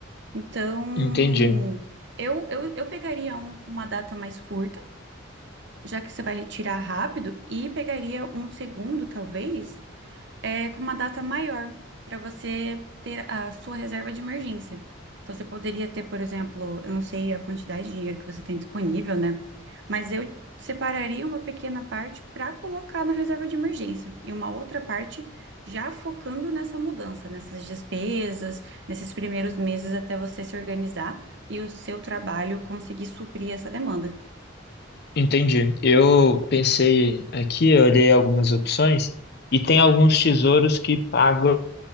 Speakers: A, on the right; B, on the left.
A: Então,
B: Entendi,
A: eu, eu, eu pegaria um com uma data mais curta, já que você vai retirar rápido, e pegaria um segundo, talvez é, com uma data maior para você ter a sua reserva de emergência. Então, você poderia ter, por exemplo, eu não sei a quantidade de dinheiro que você tem disponível, né? Mas eu separaria uma pequena parte para colocar na reserva de emergência e uma outra parte já focando nessa mudança, nessas despesas, nesses primeiros meses até você se organizar e o seu trabalho conseguir suprir essa demanda.
B: entendi. Eu pensei aqui, eu olhei algumas opções e tem alguns tesouros que pagam